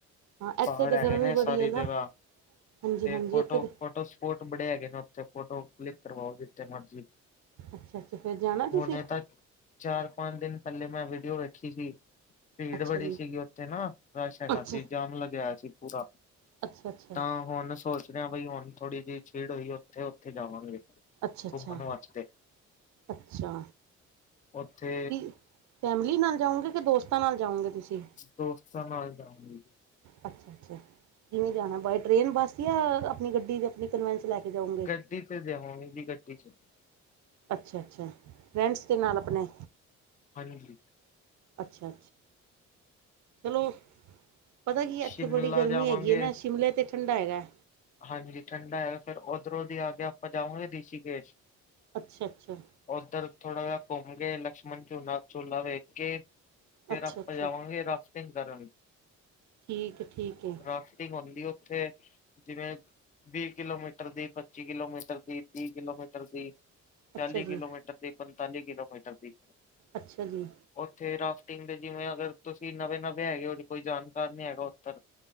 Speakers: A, on the right; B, on the left.
A: ਹਾਂ ਇੱਥੇ
B: ਪਹਾੜ
A: ਤੇ
B: ਹੈਗੇ
A: ਗਰਮੀ
B: ਨੇ
A: ਬੜੀ
B: ਸਾਰੀ
A: ਹੈ ਨਾ
B: ਜਗ੍ਹਾ
A: ਹਾਂਜੀ
B: ਤੇ
A: ਹਾਂਜੀ
B: ਫੋਟੋ
A: ਇੱਥੇ ਤੇ
B: -ਫੋਟੋ ਫੋਰਟ ਬੜੇ ਹੈਗੇ ਨੇ ਉੱਥੇ ਫੋਟੋ ਕਲਿੱਕ ਕਰਵਾਓ ਜਿੱਥੇ ਮਰਜ਼ੀ
A: ਅੱਛਾ ਅੱਛਾ ਫੇਰ ਜਾਣਾ
B: ਹੁਣੇ
A: ਤੁਸੀਂ
B: ਤਾਂ ਚਾਰ ਪੰਜ ਦਿਨ ਪਹਿਲੇ ਮੈਂ ਵੀਡੀਓ ਵੇਖੀ ਸੀ ਭੀੜ
A: ਅੱਛਾ
B: ਬੜੀ
A: ਜੀ
B: ਸੀਗੀ ਉੱਥੇ ਨਾ ਰਸ਼ ਹੈਗਾ
A: ਅੱਛਾ
B: ਸੀ ਜਾਮ ਲਗਿਆ ਸੀ ਪੂਰਾ
A: ਅੱਛਾ ਅੱਛਾ
B: ਤਾਂ ਹੁਣ ਸੋਚਦੇ ਹ ਬਈ ਹੁਣ ਥੋੜ੍ਹੀ ਜਿਹੀ ਛੀੜ ਹੋਈ ਉੱਥੇ ਉੱਥੇ ਜਾਵਾਂਗੇ
A: ਅੱਛਾ ਅੱਛਾ
B: ਘੁੰਮਣ ਵਾਸਤੇ
A: ਅੱਛਾ
B: ਉੱਥੇ
A: ਕੀ ਫੈਮਿਲੀ ਨਾਲ ਜਾਓਗੇ ਕਿ ਦੋਸਤਾਂ ਨਾਲ ਜਾਓਗੇ ਤੁਸੀਂ
B: ਦੋਸਤਾਂ ਨਾਲ ਜਾਗੇ ਜੀ
A: ਅੱਛਾ ਅੱਛਾ ਜਿਵੇਂ ਜਾਣਾ ਬਾਏ ਟ੍ਰਰੇਨ ਬੱਸ ਜਾਂ ਆਪਣੀ ਗੱਡੀ ਦੀ ਆਪਣੀ ਕਨਵੈਂਸ ਲੈ ਕੇ ਜਾਊਂਗੀ
B: ਗੱਡੀ ਤੇ ਦੇਵਣੀ ਦੀ ਗੱਡੀ ਚ
A: ਅੱਛਾ ਅੱਛਾ ਰੈਂਟਸ ਦੇ ਨਾਲ ਆਪਣੇ
B: ਹਾਂਜੀ
A: ਅੱਛਾ ਅੱਛਾ ਚਲੋ ਪਤਾ ਕੀ
B: ਸ਼ਿਮਲਾ
A: ਇੱਥੇ ਬੜੀ ਗਰਮੀ
B: ਜਾਵਾਂਗੇ।
A: ਹੈਗੀ ਹੈ ਨਾ ਸ਼ਿਮਲੇ 'ਤੇ ਠੰਡਾ ਹੈਗਾ
B: ਹਾਂਜੀ ਠੰਡਾ ਹੈਗਾ ਫਿਰ ਉਓਧਰੋਂ ਦੀ ਆ ਕੇ ਆਪਾਂ ਜਾਵਾਂਗੇ ਰਿਸ਼ੀਕੇਸ਼
A: ਅੱਛਾ ਅੱਛਾ
B: ਉੱਧਰ ਥੋੜਾ ਜਿਹਾ ਘੁੰਮ ਗ ਲਕਸ਼ਮਣ ਝੂਨਾ ਝੂਲਾ ਵੇਖ ਕੇ ਫਿਰ
A: ਅੱਛਾ-ਅੱਛਾ
B: ਰ ਜਾਵਾਂਗੇ ਰਫਟਿੰਗ ਕਰਨ
A: ਠੀਕ ਠੀਕ ਏ
B: ਰਾਸ ਹੁੰਦੀ ਉੱਥੇ ਜਿਵੇਂ ਵੀਹ ਕਿਲੋਮੀਟਰ ਦੀ ਪੱਚੀ ਕਿਲੋਮੀਟਰ ਦੀ ਤੀਹ ਕਿਲੋਮੀਟਰ ਦੀ
A: ਅੱਛਾ
B: ਚਾਲੀ ਕਿਲੋਮੀਟਰ
A: ਜੀ
B: ਦੀ ਪੰਤਾਲੀ ਕਿਲੋਮੀਟਰ ਦੀ
A: ਅੱਛਾ ਜੀ
B: ਉੱਥੇ ਰਾਫਟਿੰਗ ਦੇ ਜਿਵੇਂ ਅਗਰ ਤੁਸੀਂ ਨਵੇਂ ਨਵੇਂ ਹੈਗੇ ਹੋ ਕੋਈ ਜਾਣਕਾਰ ਨੀ ਹੈਗਾ ਉੱਤਰ